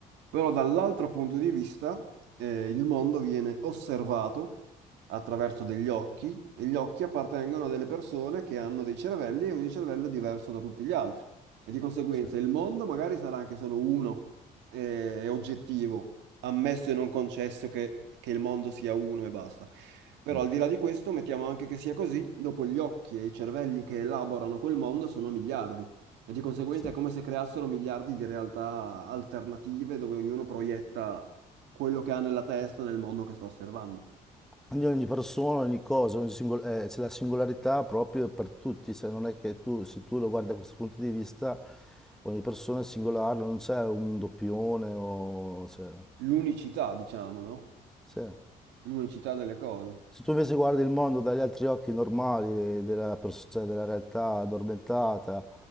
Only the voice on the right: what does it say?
Però dall'altro punto di vista, eh, il mondo viene osservato attraverso degli occhi e gli occhi appartengono a delle persone che hanno dei cervelli e ogni cervello è diverso da tutti gli altri. E di conseguenza
il mondo magari sarà anche solo uno, eh, è oggettivo, ammesso e non concesso che che il mondo sia uno e basta. Però
al di là di questo, mettiamo anche che sia così, dopo gli occhi e i cervelli che elaborano quel mondo sono miliardi e di conseguenza
è come se creassero miliardi di realtà alternative dove ognuno proietta quello che ha nella testa nel mondo che sta osservando.
L'unicità, diciamo, no?
L'unicità delle cose.